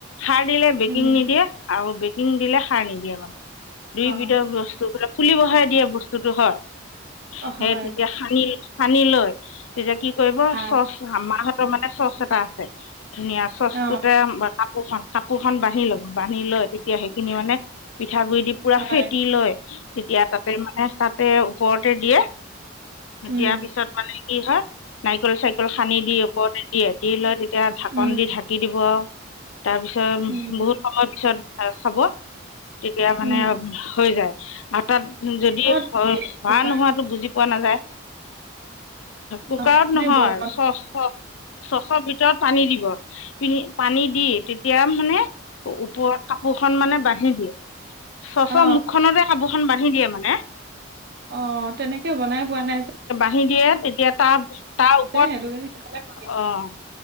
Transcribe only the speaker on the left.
সাৰ দিলে বেকিং
নিদিয়ে আৰু শিং দিলে সাৰ নিদিয়ে মানে, দুই
বিধ বস্তুবিলাক ফুলি বহে দিয়া বস্তু। লো হয়।
সেই তেতিয়া সানিল সানি লৈ তেতিয়া কি কৰিব
চচ আমাৰ হতৰ মানে চচ এটা আছে, ধুনীয়া চচটোতে
কাপোৰ খন কাপোৰখন বান্ধি লো। বান্ধি লৈ তেতিয়া সেইখিনি মানে পিঠাগুৰি দি পুৰা
ফেটি লয় তেতিয়া তাতে মানে তাতে ওপৰতে দিয়ে,
দিয়াৰ পিছত মানে কি হয় নাৰিকল চাৰিকল সানি দি ওপৰতে দিয়ে। দি লৈ এতিয়া ঢাকন
দি ঢাকি দিব। তাৰপিছত
বহুত সময় পিছত। আৰু চাব তেতিয়া মানে
হৈ যায়। আৰু তাত যদি
হয়
হোৱা নোহোৱাটো বুজি পোৱা নাযায়। কুকাৰত
নহয়
চচ চচ। চচৰ ভিতৰত পানী দিব। পীনি পানী দি তেতিয়া মানে ওপৰত কাপোৰ খন মানে বান্ধি দিয়ে। চচৰ
মুখখনতে কাপোৰখন বান্ধি দিয়ে মানে।
আহি দিয়ে তেতিয়া তা, তা ওপৰত।
আহ।